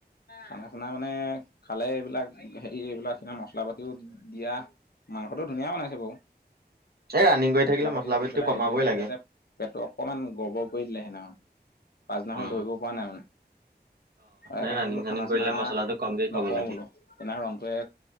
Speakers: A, on the left; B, on the right.
A: খানা চানা মানে খালে এইবিলাক হেৰি এইবিলাক স মচলা পাতিও দিয়া মাংসটো ধুনীয়া বনাইছে বাৰু
B: এই ৰানিং কৰি
A: মছলা
B: থাকিলে
A: পাতি দি
B: পাতিটো
A: পেলাই
B: কমাবই
A: হেৰি কৰি দিলে
B: লাগে
A: যে পেটটো অকণমান গৰবৰ কৰি দিলে সেইদিনাখন পাছদিনাখন
B: উম
A: দৌৰিব পৰা নাই মানে অ সেইকাৰণে
B: এই ৰানিং
A: বোলো
B: চানিং
A: খানা
B: কৰিলে
A: চানা
B: মছলাটো কমকে খাব
A: নকওঁ
B: লাগে
A: বোলো ৰনটোৱে